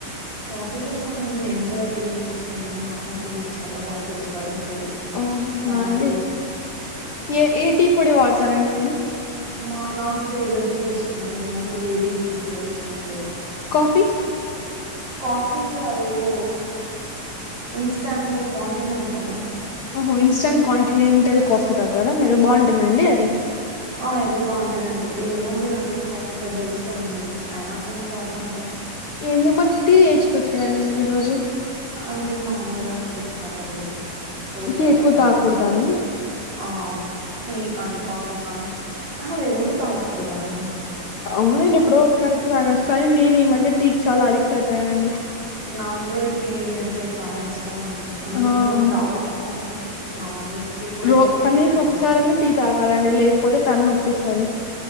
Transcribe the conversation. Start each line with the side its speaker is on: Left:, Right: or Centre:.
Right: కాఫీ చేస్తామండి నేను కూడా టీ ఎప్పుడు చేయను మా అమ్మ టీ చాలా బా చేస్తారు సో
Left: అవునా
Right: మామ్మటి
Left: అండి ఏ ఏ టీపొడి వాడతారండి మీరు
Right: మా నాకు త్రీ రోజెస్ ఏ ఇష్టం అండి నాకు ఏది టీపొడి ఇష్టం లేదు
Left: కాఫీ
Right: కాఫీ అదేదో ఇన్స్టాంట్గా కాంటినెంటలా
Left: ఓహో ఇన్స్టంట్ కాంటినెంటల్ కాఫీ తాగుతారా మీరు బావుంటుందండి అది
Right: ఆ ఏదో కాంటినెంటల్ ఏమోండీ నాకేం కాఫీ పెద్ద ఇష్టం ఉండదు అయిన అట్లనే తాగుతా ఉంటాం.
Left: ఎందుకు మరి టీ నేర్చుచుకోవచ్చు కదండి మీరు ఈ రోజు
Right: అంటే మా అమ్మగారు తిడతారండి రోజు
Left: టీ
Right: అలా
Left: ఎక్కువ
Right: తాగితే
Left: తాగకూడదని
Right: ఆ టీ కానీ కాఫీ కానీ ఆహా రెండు తాగ్ కూడదండి
Left: అవునండి ఎప్పుడో ఒకసారితే తాగోచ్చు కానీ నేను ఈ మధ్య టీ కి చాలా అడిక్ట్ అయిపోయానండి.
Right: నాక్ కూడా టీ అంటే చానా ఇష్ ఇష్టమండి అందుకే
Left: ఆ
Right: నేను తాగుతా అని చెప్పేసి మా మమ్మీ టీ పొడి
Left: రో
Right: కూడా తేప్పిదండి
Left: కనీసం ఒకసారన్న టీ తాగాలండి లేకపోతే తల నొప్పిస్తది